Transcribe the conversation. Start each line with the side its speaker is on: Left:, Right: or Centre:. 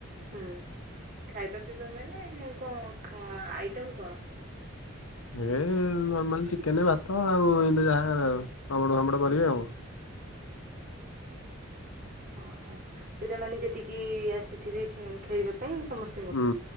Right: ହୁଁ ଖାଇବା ପିଇବା ମାନେ ଙ୍କ ଅଁ ଆଇଟମ କଣ?
Left: ଏ ନର୍ମାଲ ଚିକେନ, ଭାତ ଆଉ ଏମିତି ଯାହା <unintelligible> ପାମ୍ପଡ ଫାମ୍ପଡ କରିବେ ଆଉ।
Right: ହଁ ହଁ ସେଇଟା ମାନେ ଯେତିକି ଆସିଥିବେ ଇଁ ଖେଳିବା ପାଇଁ ସମ
Left: ହୁଁ